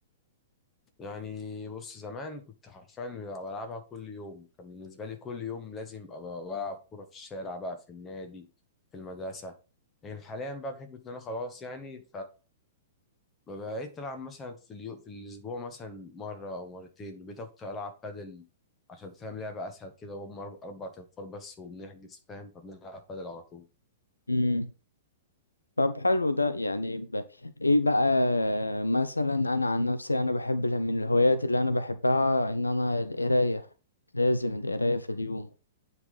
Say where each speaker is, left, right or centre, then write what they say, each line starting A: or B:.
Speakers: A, on the left; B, on the left.
A: يعني بص زمان كنت حرفيا بلعبها كل يوم كان بالنسبة لي كل يوم لازم أبقى بلعب كورة في الشارع بقى في النادي في المدرسة لكن حاليا بقى بحكم إن أنا خلاص يعني فبقيت ألعب مثلا في اليو... في الأسبوع مثلا مرة أو مرتين بقيت أكتر ألعب بادل عشان فاهم لعبة أسهل كده وهم أربع أربع تنفار بس وبنحجز فاهم فبنلعب بادل على طول
B: مم. طب حلو ده يعني ب... ايه بقى مثلا انا عن نفسي انا بحب ال- من الهوايات اللي انا بحبها ان انا القراية لازم القراية في اليوم